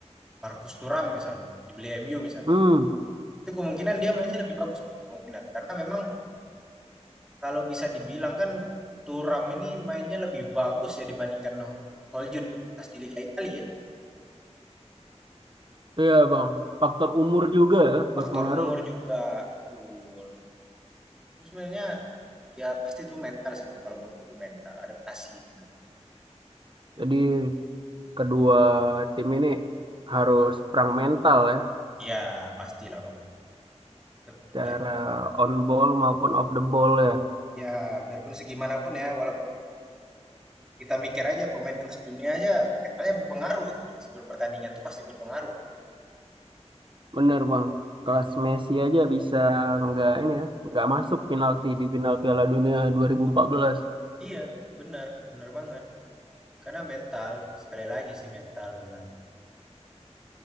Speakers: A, in the centre; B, on the right.
A: Marcus Thuram misalnya, dibeli MU misalnya.
B: hmm
A: Itu kemungkinan dia mainnya lebih bagus, Bang. Kemungkinan. Karena memang kalau bisa dibilang kan Thuram ini mainnya lebih bagus ya dibandingkan Ho- Holjun pas di Liga Italia ya.
B: iya bang faktor umur juga ya,
A: Faktor
B: berpengaruh
A: umur juga betul. Tapi Sebenarnya ya pasti itu mental sih, Bang. Kalau menurutku itu mental, adaptasi sebenarnya.
B: jadi kedua tim ini harus perang mental ya
A: Ya, pastilah, Bang. Tetep Biar
B: cara on ball maupun off the ball ya
A: ya biarpun segimanapun ya, walaupun Kita mikir aja pemain kelas dunia aja mentalnya berpengaruh itu dia. Sebelum pertandingan tuh pasti berpengaruh, Bang.
B: bener bang
A: Hmm.
B: kelas Messi aja bisa nggak ini ya nggak masuk penalti di final Piala Dunia 2014
A: Iya, benar, benar banget. Karena mental, sekali lagi sih mental benar.